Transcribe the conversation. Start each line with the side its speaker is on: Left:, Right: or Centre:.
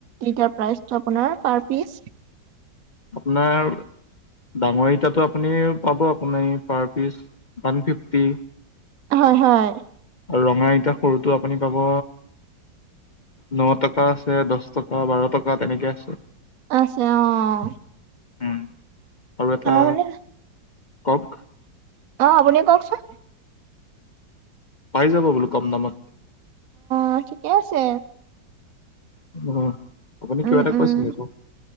Right: ইটাৰ প্ৰাইচটো আপোনাৰ পাৰ পিচ?
Left: আপোনাৰ, ডাঙৰ ইটাটো আপুনি পাব আপুনি পাৰ পিচ ওৱান ফিফটি।
Right: হয়, হয়।
Left: ৰঙা ইতা সৰুটো আপুনি পাব- ন টকা আছে দছ টকা বাৰ টকা তেনেকে আছে।
Right: আছে অঁ'।
Left: উম, আৰু এটা
Right: মানে
Left: কক।
Right: অঁ আপুনি কওকচোন।
Left: পাৰি যাব বোলো কম দামত।
Right: অঁ ঠিকেই আছে।
Left: উম' আপুনি
Right: উম
Left: কিবা এটা
Right: উম
Left: কৈছিলে কক।